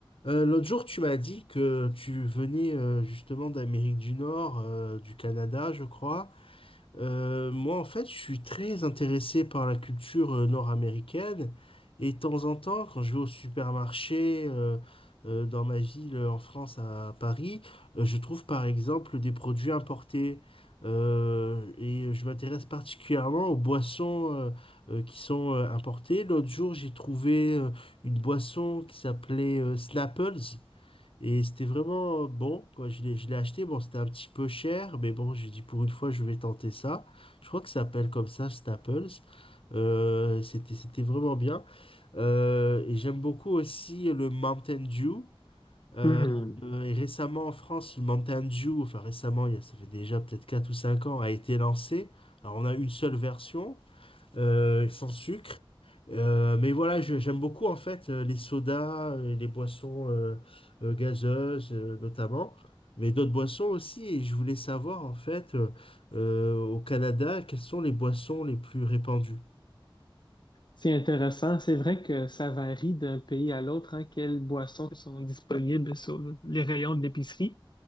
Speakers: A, on the left; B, on the left.
A: Euh, l'autre jour, tu m'as dit que tu venais euh, justement d'Amérique du Nord, euh, du Canada, je crois, euh, moi, en fait, je suis très intéressé par la culture euh, nord-américaine. Et de temps en temps, quand je vais au supermarché euh, euh, dans ma ville euh, en France, à Paris, euh, je trouve par exemple des produits importés. Euh, et je m'intéresse particulièrement aux boissons euh, euh, qui sont euh, importées. L'autre jour, j'ai trouvé euh, une boisson qui s'appelait euh, Snapples. Et c'était vraiment euh, bon, quoi. Je l'ai, je l'ai acheté. Bon, c'était un petit peu cher, mais bon, j'ai dit pour une fois, je vais tenter ça. Je crois que ça s'appelle comme ça, Staples. Euh, c'était, c'était vraiment bien. Euh, et j'aime beaucoup aussi le Mountain Dew. Euh,
B: Hmm,
A: euh, et récemment en France, le Mountain Dew, enfin récemment, il y a- ça fait déjà peut-être 4 ou 5 ans, a été lancé. Alors on a une seule version euh, sans sucre. Euh, mais voilà, je- j'aime beaucoup en fait euh, les sodas, euh, les boissons euh, euh, gazeuses euh, notamment, mais d'autres boissons aussi. Et je voulais savoir en fait euh, euh, au Canada, quelles sont les boissons les plus répandues?
B: C'est intéressant. C'est vrai que ça varie d'un pays à l'autre, hein, quelles boissons sont disponibles sur les rayons de l'épicerie.